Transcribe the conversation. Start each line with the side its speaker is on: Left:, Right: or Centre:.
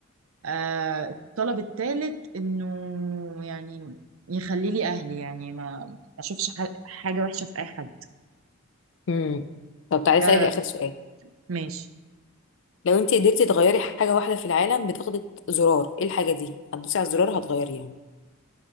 Right: آه الطلب الثالث انه يعني يخلي لي اهلي يعني ما ما اشوفش ح- حاجة وحشة في اي حد
Left: مم. طب تعالي اسألك
Right: ده
Left: اخر سؤال
Right: ماشي
Left: لو انتي قدرتي تغيري حاجة واحدة في العالم بتاخدي زرار ايه الحاجة دي هتدوسي على الزرار هتغيريها